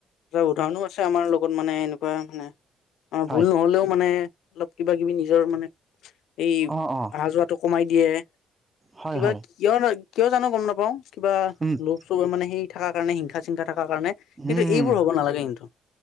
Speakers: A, on the left; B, on the right.
A: উদাহৰণো আছে আমাৰ লগত মানে এনেকোৱা মানে, আমাৰ
B: হয়
A: ভুল নহ'লেও মানে অলপ কিবা কিবি নিজৰ মানে এই
B: অ অ
A: আহা যোৱাটো কমাই দিয়ে।
B: হয়
A: কিবা
B: হয়
A: কিয়, কিয় জানো গম নাপাওঁ, কিবা
B: উম।
A: চবেই মানে সেই থকাৰ কাৰণে, হিংসা চিংসা থাকাৰ কাৰণে কিন্তু
B: উম
A: এইবোৰ হ'ব নালাগে কিন্তু।